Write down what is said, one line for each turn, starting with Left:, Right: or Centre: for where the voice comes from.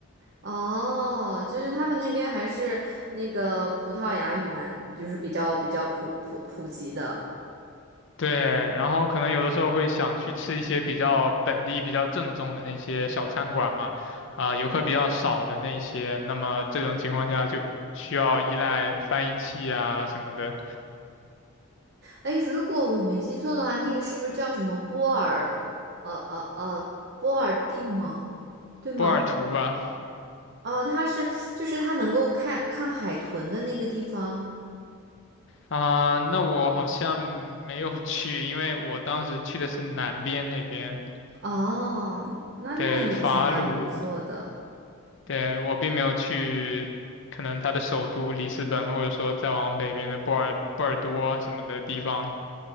Right: 哦，就是他们那边还是那个葡萄牙语蛮，就是比较比较普普普及的。
Left: 对，然后可能有的时候会想去吃一些比较本地、比较正宗的那些小餐馆嘛，啊、游客比较少的那些，那么这种情况下就需要依赖翻译器啊什么的，
Right: 哎，如果我没记错的话，那个是不是叫什么波尔，呃呃呃，波尔蒂蒙，对吗？
Left: 波尔图吧。
Right: 哦，它是就是它能够看看海豚的那个地方。
Left: 啊、那我好像没有 <laughs> 去，因为我当时去的是南边那边，
Right: 哦，那那也是蛮不错的，
Left: 对，法鲁，对，我并没有去，可能它的首都里斯本，或者说再往北边的波尔波尔多什么的地方。